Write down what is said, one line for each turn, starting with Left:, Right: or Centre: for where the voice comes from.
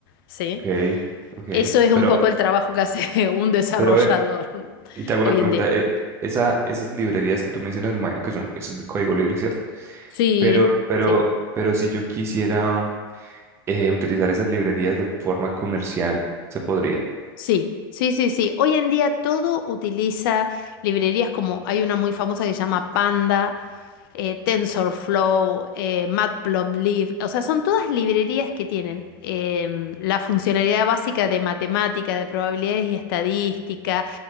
Left: ¿Sí?
Right: ok, ok.
Left: Eso es
Right: Pero,
Left: un poco el trabajo que hace <laughs> un desarrollador
Right: pero ven,
Left: <laughs>
Right: Y te hago
Left: hoy
Right: una pregunta,
Left: en día.
Right: eh, esa, esas librerías que tú mencionas, me imagino que son, eso es de código libre, ¿cierto?
Left: Sí,
Right: Pero, pero,
Left: sí,
Right: pero si yo quisiera eh, utilizar esas librerías de forma comercial, se podría.
Left: sí, sí, sí, sí. Hoy en día todo utiliza librerías como hay una muy famosa que se llama Panda, eh, TensorFlow, eh, Matplotlib. O sea, son todas librerías que tienen em, la funcionalidad básica de matemática, de probabilidades y estadística.